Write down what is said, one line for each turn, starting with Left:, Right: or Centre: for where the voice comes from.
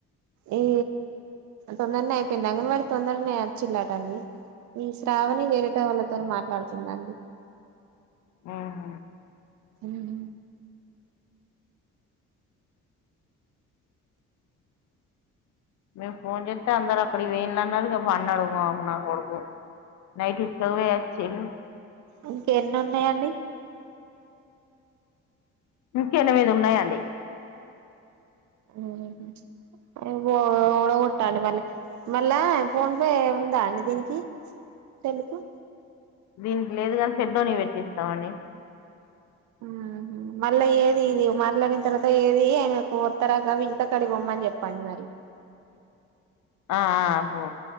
Right: ఈ తొందర్నె అయిపోయింది అంగన్వాడి తొందర్నె వచ్చిల్లాట అండి ఈ శ్రావణి వేరేట వాళ్ళతోనీ మాట్లాడుతుందండి
Left: ఆహ
Right: ఉమ్
Left: మీమ్ ఫోన్ చేతె అందరక్కడికి పోయిండ్లన్నది ఇగ పన్నాడు మ నా కొడుకు నైట్ ఇసుకపోయి వచ్చిండు
Right: ఇంకేన్నున్నాయండి
Left: ఇంక ఎనిమిది ఉన్నాయండి
Right: మ్ హు ఎవ్వో ఓడగొట్టండి మళ్ళ మళ్ళా ఫోన్ పే ఉందా అండి దీనికి తెలుకు
Left: దీనికి లేదు గాని పెద్దోనికి పెట్టిస్తామండి
Right: ఊహు మళ్ళ ఏద్ ఇది మాట్లాడిన తర్వాత ఏది ఆయనకు తరగవి అక్కడిపొమ్మని చెప్పండి మరి
Left: ఆ ఆ